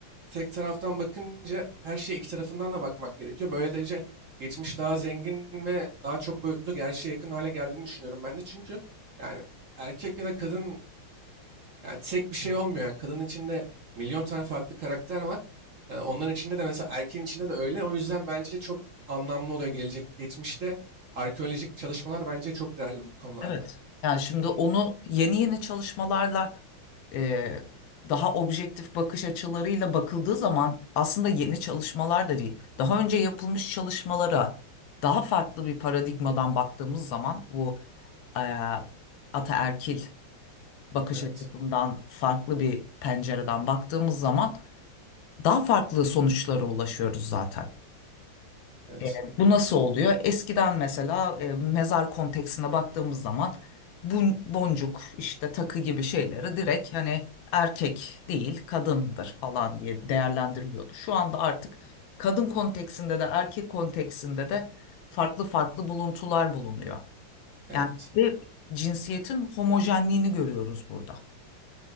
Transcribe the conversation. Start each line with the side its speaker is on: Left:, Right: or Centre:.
Right: tek taraftan bakınca her şeye iki tarafından da bakmak gerekiyor. Böylece geçmiş daha zengin ve daha çok boyutlu gerçeğe yakın hale geldiğini düşünüyorum ben de. Çünkü yani erkek ya da kadın yani tek bir şey olmuyor. Yani kadının içinde milyon tane farklı karakter var. Ee, onların içinde de mesela erkeğin içinde de öyle. O yüzden bence de çok anlamlı oluyor gelecek. Geçmişte arkeolojik çalışmalar bence çok değerli bu konularda.
Left: Evet. Yani şimdi onu yeni yeni çalışmalarla e, daha objektif bakış açılarıyla bakıldığı zaman aslında yeni çalışmalar da değil. Daha önce yapılmış çalışmalara daha farklı bir paradigmadan baktığımız zaman bu e, ataerkil bakış
Right: Evet,
Left: açısından farklı bir pencereden baktığımız zaman daha farklı sonuçlara ulaşıyoruz zaten.
Right: evet,
Left: E, Bu nasıl oluyor? Eskiden mesela e, mezar konteksine baktığımız zaman bu boncuk işte takı gibi şeyleri direkt hani erkek değil kadındır falan diye değerlendiriliyordu. Şu anda artık kadın konteksinde de erkek konteksinde de farklı farklı buluntular bulunuyor.
Right: evet.
Left: Yani ve cinsiyetin homojenliğini görüyoruz burada.